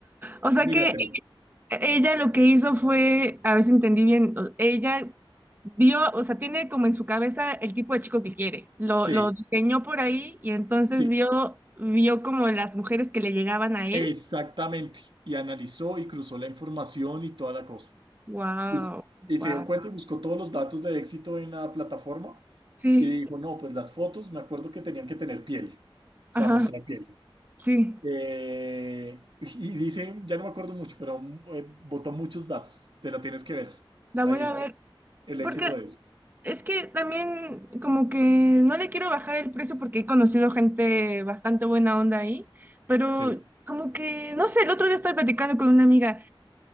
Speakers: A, on the right; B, on the right.
A: O sea
B: Míratelo.
A: que E-, Ella lo que hizo fue, a ver si entendí bien, o- ella vio, o sea, tiene como en su cabeza el tipo de chico que quiere. Lo,
B: Sí,
A: lo diseñó por ahí y entonces
B: sí.
A: vio, vio como las mujeres que le llegaban a él.
B: Exactamente. Y analizó y cruzó la información y toda la cosa.
A: Wow,
B: Y, s- y se
A: wow.
B: dio cuenta y buscó todos los datos de éxito en la plataforma
A: Sí,
B: y dijo, no, pues las fotos me acuerdo que tenían que tener piel, o
A: ajá,
B: sea, mostrar piel.
A: sí.
B: Eh, y dice, ya no me acuerdo mucho, pero eh, botó muchos datos, te la tienes que ver.
A: La
B: Ahí
A: voy a
B: está
A: ver.
B: el éxito
A: Porque
B: de eso.
A: es que también como que no le quiero bajar el precio porque he conocido gente bastante buena onda ahí, pero
B: Sí.
A: como que, no sé, el otro día estaba platicando con una amiga.